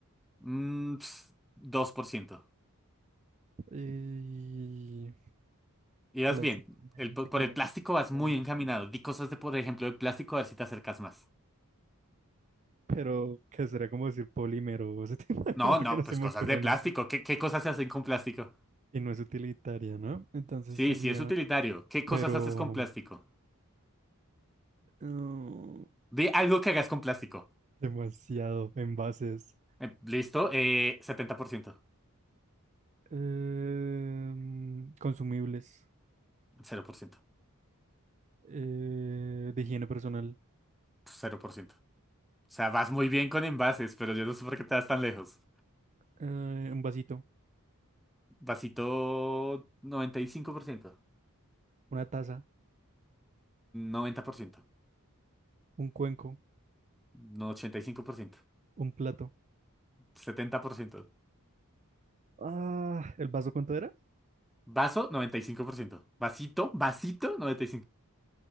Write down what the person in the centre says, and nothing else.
Mm, ps, dos por ciento
Irás
bien.
El,
por
el plástico
vas muy encaminado. Di cosas de, por ejemplo, de plástico, a ver si te acercas más.
No,
no,
pues
cosas
de plástico.
¿Qué, qué cosas se hacen con plástico?
Sí,
sí, es utilitario. ¿Qué
cosas haces con plástico?
Di algo que hagas con plástico.
Eh, listo, eh, setenta por ciento.
cero por ciento
cero por ciento. O sea, vas muy bien con envases, pero yo no sé por qué te vas tan lejos.
Vasito noventa noventa y cinco por ciento
noventa por ciento
No ochenta y cinco por ciento
setenta por ciento
Vaso, noventa y cinco por ciento Vasito, vasito, noventa